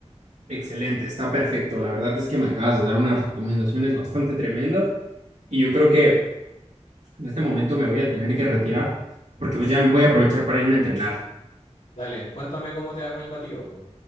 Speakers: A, on the right; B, on the left.
A: excelente, está perfecto. La verdad es que me acabas de dar unas recomendaciones bastante tremendas. Y yo creo que en este momento me voy a tener que retirar porque pues ya voy a aprovechar para irme a entrenar.
B: Dale, cuéntame cómo te va con el batido, po.